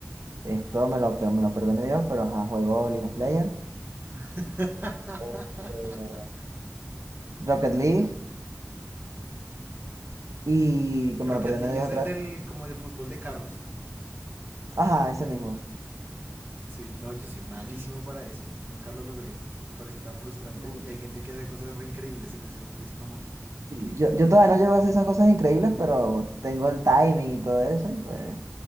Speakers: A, on the right (about 80°); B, on the right (about 40°).
A: esto me lo, que me lo perdone Dios, pero ajá, juego League of Legends,
B: <laughs>
A: eh, Rocket League y que
B: Rocket
A: me lo perdone
B: League
A: Dios
B: es
A: otra
B: el del
A: vez.
B: como de fútbol de carros.
A: Ajá, ese mismo.
B: Sí, no, yo soy malísimo para eso. Nunca lo logré. Me parece tan frustrante.
A: No,
B: Y hay gente que hace cosas re increíbles en ese juego y es como,
A: sí,
B: ¿qué?
A: Yo, yo todavía no llego a hacer esas cosas increíbles, pero tengo el timing y todo eso y pues